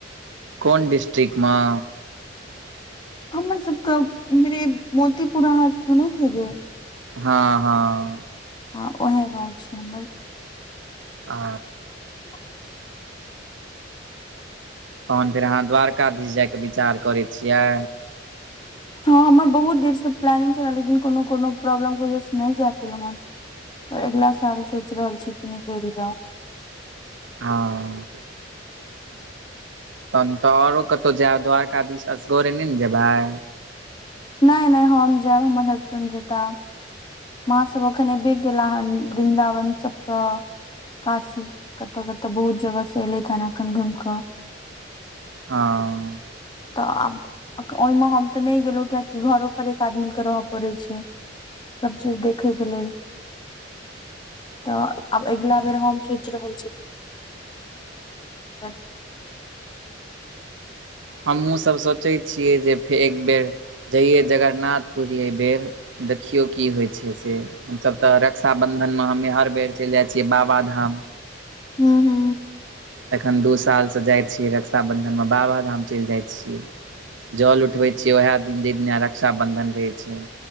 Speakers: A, on the right; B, on the left.
A: कोन डिस्टिक मऽ
B: हमर सबके मिरे मोतीपुर आहां सुनैत हेबै
A: हँ हँ
B: ह ओएहे गाँव छै हमर
A: आ
B: <inaudible>
A: तहन फेर अहाँ द्वारकाधीश जायके विचार करै छियै
B: हँ हमर बहुत देरसँ प्लानिंग छलै लेकिन कोनो कोनो प्रॉब्लम के वजह से नहि जाय पेलहु हेँ पर अगिला साल सोच रहल छी की निकल जाउ
A: हँ तहन तऽ आओरो कतहु जायब द्वारकाधीश असगरे नै न जेबै
B: नै नै हम जायब हमर हसबैंड जेता माँ सब अखन अबे केला हन वृन्दावन सबसँ काशी कतऽ कतऽ बहुत जगह से एलै <unintelligible> एखन घुमि कऽ
A: ह
B: तऽ आब ओहिमे हम तऽ नहि गेलहुं कियेकि घरो पर एक आदमी के रह पड़ै छैय सब चीज देखैके लेल तऽ आब अगिला बेर हम सोचि रहल छी हूँ
A: हमहहुँ सब सोचै छियै जे फे एक बेर जइयै जगरनाथपुरी एहि बेर देखियौ की होइ छैय से हमसभ तऽ रक्षाबन्धन मे हमे हर बेर चलि जाइ छियै बाबाधाम
B: हू हू
A: एखन दू सालसँ जाइत छियै रक्षाबन्धनमे बाबाधाम चलि जाइ छियै जल उठबै छियै उएह दिन जेइ दिना रक्षाबन्धन रहै छैय